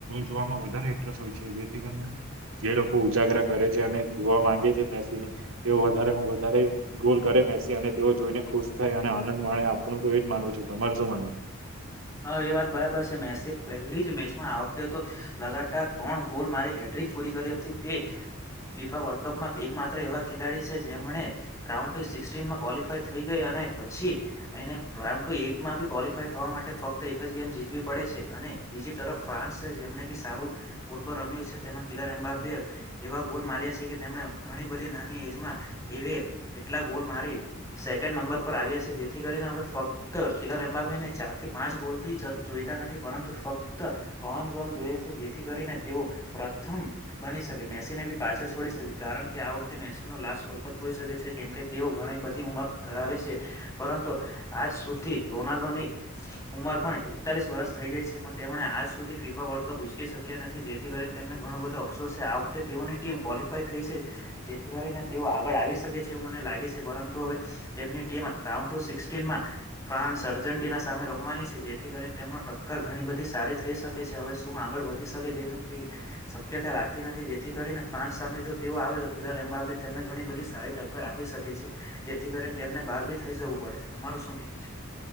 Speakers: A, on the right; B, on the left.
A: જોવામાં વધારે ઇન્ટરેસ્ટ હોય છે. જેથી કરને જે લોકો ઉજાગરા કરે છે, અને જોવા માંગે છે મેસીને તેઓ વધારેમાં વધારે ગોલ કરે બેસી અને તેઓ જોઈને ખુશ થાય અને આનંદ માણે આપણું તો એજ માનુંવ છે તમારે શું માનુ છે?
B: હા એ વાત બરાબર છે મેસી એ પહેલી જ મેચમાં આ વખતે તો લગાતાર ત્રણ ગોલ મારી હેડ ટ્રિક પૂરી કરી હતી તે ફીફા વર્લ્ડ કપમાં એક માત્ર એવા ખેલાડી છે જેમને રાઉન્ડુ સિક્સટીનમાં ક્વોલિફાય થઈ ગઈ આ ને પછી એને પ્રાઈમ ટુ એટમા ક્વોલિફાઇડ થવા માટ ફક્ત એક જ ગેમ જીતવી પડે છે, અને બીજી તરફ ફ્રાન્સે જેમને બી સારું ફૂટબોલ રમ્યું છે. તેમાં કિલર એમ્બાબે એવા ગોલ માર્યા છે કે તેમણે ઘણી બધી નાની એજમાં એ કેટલા ગોલ મારી સેકન્ડ નંબર પર આવ્યા છે, જેથી કરીને હવે ફક્ત કીલર અમબાબેને ચારથી પાંચ ગોલ ભી જ જોઈતા નથી પરંતુ ફક્ત ત્રણ જ ગોલ જોઈએ છે જેથી કરીને તેઓ પ્ર થમ બની શકે મેસી ને ભી પાછળ છોડી શકે કારણ કે આ વખતે મેસી નો લાસ વર્લ્ડ કપ હોઈ શકે છે, કેમ કે તેઓ ઘણી બધી ઉંમર ધરાવે છે પરંતુ આજ સુધી રોનાલ્ડોની ઉંમર પણ એકતાલીસ વર્ષ થઈ ગઈ છે, પણ તેમણે આજ સુધી ફીફા વર્લ્ડ કપ ઉચકી શક્યા નથી જેથી કરીને તેમને ઘણો બધો અફસોસ છે, આ વખતે તેઓની ટીમ ક્વોલફાય થઈ છે, જેથી કરીને તેઓ આગળ આવી શકે છે. એવું મને લાગે છે, પરંતુ હવે તેમની ટીમ રાઉન્ડ ટુ સિક્સટીનમાં ફ્રાન્સ અર્જેન્ટિના સામે રમવાની છે, જેથી કરીને તેમનો ટક્કર ઘણી બધી સારી થઈ શકે છે હવે શું આગળ વધી શકે તેનું કંઈ શક્યતા લાગતી નથી જેથી કરીને ફ્રાન્સ સામે જો તેઓ આવે તો કિલર એમબાબે તેમને ઘણી બધી સારી ટ ક્કર આપી શકે છે, જેથી કરીને તેમને બહાર ભી થઈ જવું પડે છે તમારું શું કેવું છે?